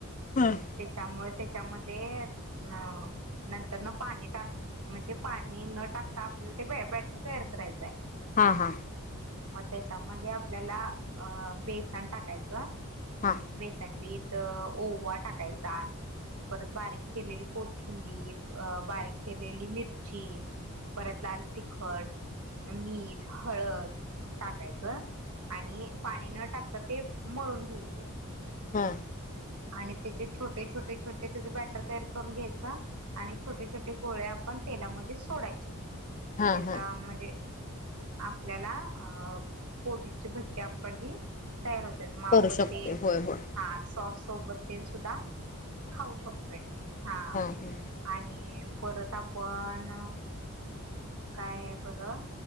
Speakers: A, on the left; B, on the right.
A: हां
B: त्याच्यामुळे त्याच्यामध्ये अ नंतर न पाणी टाक म्हणजे पाणी न टाकता आपल्याला ते ब बॅटर तयार करायचंय.
A: हा-हा.
B: मग त्याच्यामध्ये आपल्याला अ बेसन टाकायचं.
A: हां.
B: बेसनपीठ ओवा टाकायचा परत बारीक चिरलेली कोथिंबीर अ बारीक चिरलेली मिरची परत लाल तिखट मीठ, हळद टाकायचं आणि पाणी न टाकता ते मळून घ्यायचं.
A: हा.
B: आणि त्याचे छोटे छोटे छोटे त्याचे बॅटर तयार करून घ्यायचा आणि छोटे छोटे गोळे आपण तेलामध्ये सोडायचे.
A: हां हां
B: त्याचा
A: हां
B: म्हणजे आपल्याला अ कोबीची भज्जी आपली तयार होत्यात मग आपण
A: करू शकते
B: ते
A: होय होय
B: हा सॉस सोबत तेन सुद्धा खाऊ शकतोय हा
A: हां हां
B: आणि परत आपण काय बरं